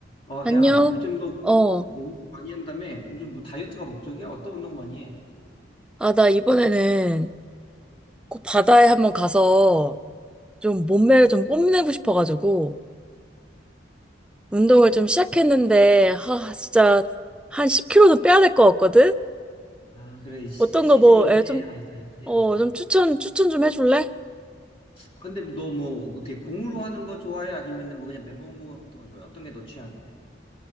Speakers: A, on the left; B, in the centre.
A: 어,
B: 안녕?
A: 야, 요즘 너 운동,
B: 어,
A: 어, 운동 많이 한다며? 요즘 너 다이어트가 목적이야? 어떤 운동 많이 해?
B: 아, 나 이번에는 꼭 바다에 한번 가서 좀 몸매를 좀 뽐내고 싶어가지고 운동을 좀 시작했는데, 하, 진짜 한 10kg는 빼야 될 것 같거든?
A: 아, 그래. 시즌,
B: 어떤
A: 시즌이긴
B: 거 뭐, 에,
A: 해.
B: 좀,
A: 아, 다이어트 해야지.
B: 어, 좀 추천, 추천 좀 해줄래?
A: 아, 근데 너 뭐, 어떻게 공으로 하는 거 좋아해? 아니면은 뭐 그냥 맨몸 같은 거 좋아해? 어떤 게 너 취향인데?